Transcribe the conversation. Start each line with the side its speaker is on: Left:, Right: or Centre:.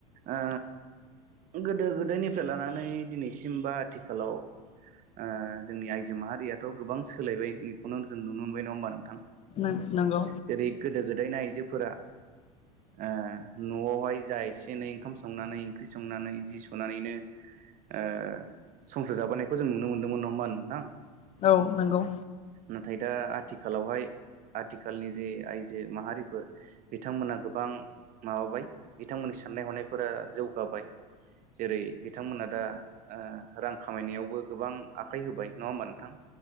Right: ओ गोदो गोदायनिफ्राय लानानै दिनैसिम बा आथिखालाव ओ जोंनि आइजो माहारियाथ' गोबां सोलायबाय बेखौनो जों नुनो मोनबाय नङा होमबा नोंथां।
Left: नों नंगौ।
Right: जेरै गोदो गोदायनि आइजोफोरा ओ न'आवहाय जा ए से एनै ओंखाम संनानै ओंख्रि संनानै जि सुनानैनो ओ संसार जाबोनायखौ जों नुनो मोन्दोंमोन नङा होनबा नोंथां।
Left: औ नंगौ
Right: नाथाय दा आथिखालावहाय आथिखालनि जे आइजो माहारिफोर बिथांमोना गोबां माबाबाय बिथांमोननि साननाय हनायफोरा जौगाबाय। जेरै बिथांमोना दा ओ रां खामायनायावबो गोबां आखाइ होबाय नङा होमबा नोंथां